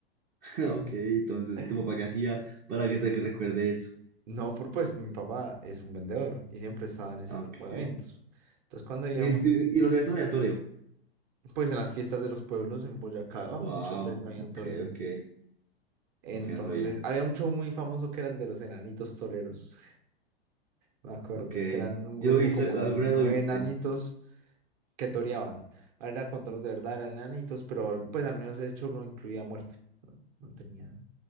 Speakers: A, on the right; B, on the right.
A: <laughs> Ok, entonces,
B: <laughs>
A: ¿tu papá qué hacía para que te recuerde eso?
B: no, por pues mi papá es un vendedor y siempre estaba en ese
A: Ok.
B: tipo de eventos. Entonces cuando íbamos,
A: ¿Y, y- y los eventos de aleatorio?
B: pues en las fiestas de los pueblos en Boyacá
A: Wow.
B: muchas veces habían
A: Ok,
B: toreos.
A: ok.
B: Entonces
A: Ok, no sabía.
B: había un show muy famoso que era el de los enanitos toreros. Me acuerdo
A: Ok.
B: que eran un
A: ¿Y
B: grupo
A: lo viste?
B: como
A: ¿Alguna
B: de nueve
A: vez lo viste?
B: enanitos que toreaban. A ver, Era con toros de verdad, eran enanitos, pero al- pues al menos de hecho no incluía muerte. No, no tenía